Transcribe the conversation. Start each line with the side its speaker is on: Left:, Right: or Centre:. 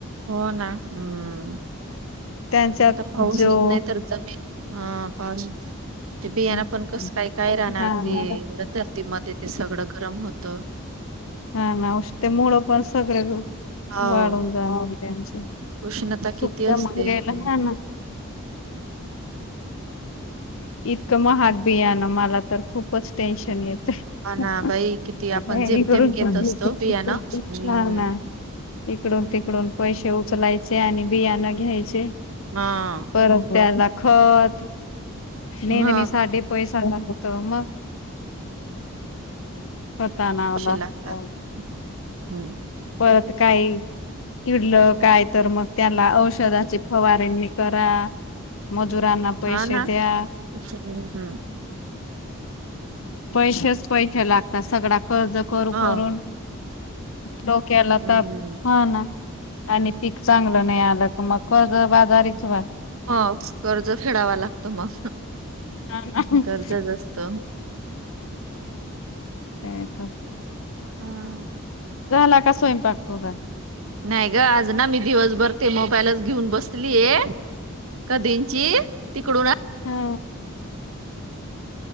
Right: हो ना हम्म.
Left: त्यांच्यात
Right: आता पाऊसच
Left: जो
Right: नाही तर जमीन हा पाऊस. ते बियाना
Left: हा
Right: पण कसं काय-काय राहणार ते.
Left: ना
Right: धरती ते मध्ये ते सगळं गरम होतं.
Left: हा ना ते उष्णतेमुळ पण. सगळे
Right: हो
Left: वाढून जा त्यांचे.
Right: उष्णता किती
Left: सुकल्या
Right: असते
Left: मगेला
Right: हम्म.
Left: ह ना. इतकं महाग बियाणं. मला तर खूपच टेन्शन यातय.
Right: हा ना
Left: तिकडून
Right: बाई किती आपण जेमतेम
Left: पण
Right: घेत असतो
Left: येते. आणि
Right: बियाणं
Left: तिकडून पण येते
Right: हम्म
Left: हा ना. इकडून-तिकडून पैसे. उचलायचे. आणि बियाण घ्यायचे.
Right: हा
Left: परत त्याला, खत नेंदणी
Right: मग
Left: साठी पैसा आणावा होत तर मग. स्वतः आणावं
Right: पैसे
Left: लागतं.
Right: लागतात हम्म
Left: परत काही. किडल. काय तर मग त्याला औषधाची फवारणनी करा. मजुरांना पैसे
Right: हा ना
Left: द्या.
Right: हम्म हम्म
Left: पैशच पैसे लागतात सगळ कर्ज करू
Right: हा
Left: करून. डोक्याला
Right: हम्म
Left: ताप हा ना, आणि पीक चांगलं नाही आलं की मग. कर्जबाजारीच व्हा.
Right: हो कर्ज फेडावा लागतो मग.
Left: काय
Right: कर्जच असत.
Left: काय तर.
Right: हा.
Left: झाला का स्वयंपाक तूजा?
Right: नाही ग. आज ना मी दिवसभर ते मोबाईलच घेऊन बसले. लीये कधींची तिकडू ना.
Left: हा